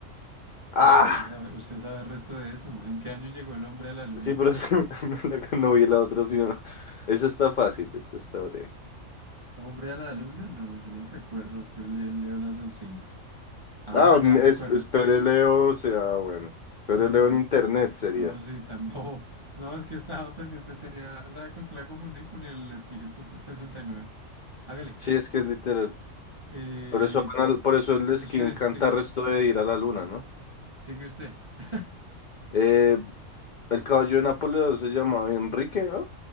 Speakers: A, on the left; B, on the right.
A: Ah,
B: ¿Usted qué sabe? ¿Usted sabe el resto de eso? ¿En qué año llegó el hombre a la luna?
A: sí, pero es que <laughs> la que no vi la otra opción. Esa está fácil, esta está breve.
B: ¿Hombre a la luna? No, yo no recuerdo. Después le leo las opciones. Ah,
A: Ah,
B: ya
A: m-
B: me
A: es,
B: acuerdo.
A: espere Leo, o sea, bueno. Espere
B: No,
A: Leo
B: no, no.
A: en internet sería.
B: No, sí, <laughs> tan bobo. No, es que estaba pendiente, tenía. ¿Sabe con qué la confundí? Con el Skinhead 69. Hágale.
A: Sí, es que es literal.
B: Eh,
A: Por eso, van al- por eso el skin
B: usted,
A: canta
B: sigue.
A: resto de ir a la luna, ¿no?
B: Sigue usted. <laughs>
A: Eh, el caballo de Napoleón se llamaba Enrique, ¿no?